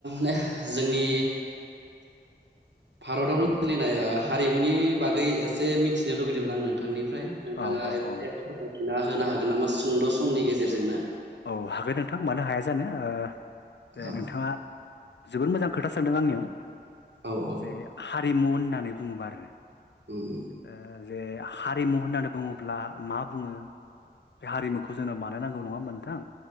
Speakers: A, on the right; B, on the left.
A: नेह जोंनि भारतावनो खुलिनाय ओ हारिमुनि बागै एसे मिथिनो लुगैदोंमोन आं नोंथांनि फ्राय नोंथाङा
B: औ औ
A: एसे
B: औ
A: फोरमायथिना होनो हागोन नामा सुंद' समनि गेजेरजोंनो
B: औ हागोन नोंथां मानो हाया जानो ओ
A: औ
B: नोंथाङा जोबोद मोजां खोथा सानदों आंनियाव
A: औ औ
B: जे हा रिमु होननानै बुङोब्ला आरो
A: उम
B: ओ जे हारिमु होननानै बुङोब्ला मा बुङो बे हारिमुखौ जोंनो मानो नांगौ नङा होनबा नोंथां